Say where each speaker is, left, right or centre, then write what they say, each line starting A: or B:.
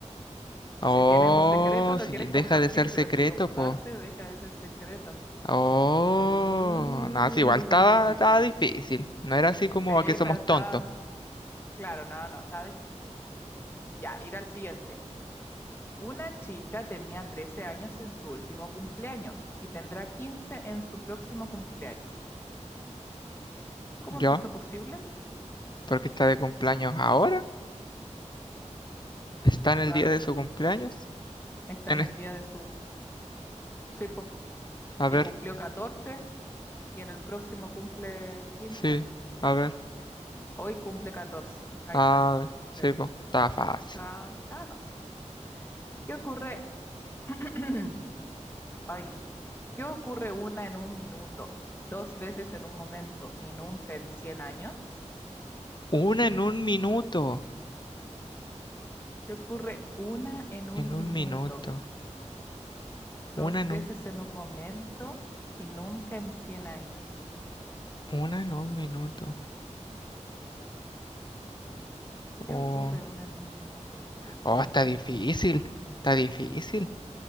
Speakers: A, on the left (about 35°); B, on the left (about 20°).
A: Oh,
B: si tienes un secreto, lo
A: si
B: quieres
A: deja
B: compartir,
A: de ser
B: pero
A: secreto,
B: si compartes,
A: po.
B: deja de ser secreto.
A: Oh,
B: Uh,
A: no, si igual estaba, estaba difícil. No era así como
B: sí,
A: a que somos
B: pero estaba,
A: tontos.
B: claro, no, no, estaba difícil. Ya, ir al siguiente. Una chica tenía 13 años en su último cumpleaños y tendrá 15 en su próximo cumpleaños. ¿Cómo
A: Yo,
B: es esto posible?
A: porque está de cumpleaños ahora. Está en
B: Claro,
A: el día de su cumpleaños.
B: está
A: En
B: en
A: es-
B: el día de su... Sí, po,
A: a
B: y
A: ver,
B: cumplió 14 y en el próximo cumple 15.
A: sí, a ver.
B: Hoy cumple catorce, Ahí
A: Ah,
B: está.
A: sí,
B: Sí.
A: po. Está fácil.
B: Ah, ah, fácil. ¿Qué ocurre? <clears throat> Ay, ¿qué ocurre una en un minuto, dos veces en un momento y nunca en 100 años?
A: Una en un minuto.
B: ¿Qué ocurre una en un
A: En un
B: minuto?
A: minuto.
B: Dos
A: Una no.
B: veces en un momento y nunca en 100 años.
A: Una en un minuto.
B: ¿Qué
A: Oh,
B: ocurre una en un minuto? Dos
A: oh,
B: veces
A: está
B: en
A: difícil.
B: un momento.
A: Está difícil.